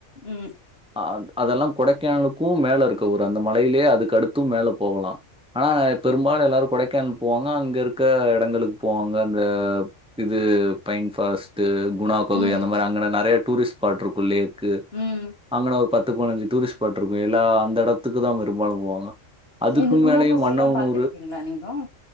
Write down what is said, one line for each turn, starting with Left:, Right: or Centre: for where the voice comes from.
Left: ம்
Centre: அ அதெல்லாம் கொடைக்கானலுக்கும் மேல இருக்க ஊரு அந்த மலையிலேயே அதுக்கு அடுத்தும் மேல போகலாம் ஆனா பெரும்பாலும் எல்லாரும் கொடைக்கானலுக்கு போவாங்க அங்க இருக்க இடங்களுக்கு போவாங்க அந்த இது பயன் ஃபர்ஸ்ட்டு குணா குகை
Left: ம்
Centre: அந்த மாதிரி அங்க நிறைய டூரிஸ்ட்ப்பாட் இருக்கும் லேக்
Left: ம்
Centre: அங்கன பத்து பனஞ்சு டூரிஸ்ட் பாட்டிருக்கோ எல்லா அந்த இடத்துக்கு தான் பெரும்பாலும் போவாங்க அதுக்கு
Left: இந்த குணா
Centre: மேலயே
Left: குகையெல்லாம்
Centre: மன்னவனூர்
Left: பாத்துருக்கீங்களா நீங்கோ